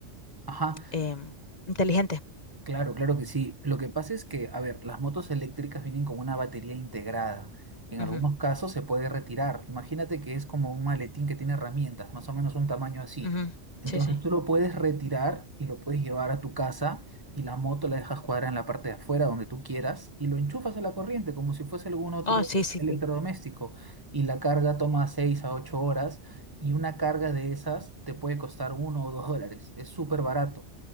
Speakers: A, on the right; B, on the left.
A: Ajá,
B: em, inteligente.
A: Claro, claro que sí. Lo que pasa es que, a ver, las motos eléctricas vienen con una batería integrada. En
B: Ujú,
A: algunos casos se puede retirar. Imagínate que es como un maletín que tiene herramientas, más o menos un tamaño así.
B: ujú.
A: Entonces
B: Sí, sí.
A: tú lo puedes retirar y lo puedes llevar a tu casa y la moto la dejas cuadrada en la parte de afuera donde tú quieras y lo enchufas a la corriente como si fuese algún otro
B: Oh, sí, sí,
A: electrodoméstico.
B: sí.
A: Y la carga toma 6 a 8 horas y una carga de esas te puede costar uno o dos dólares. Es súper barato.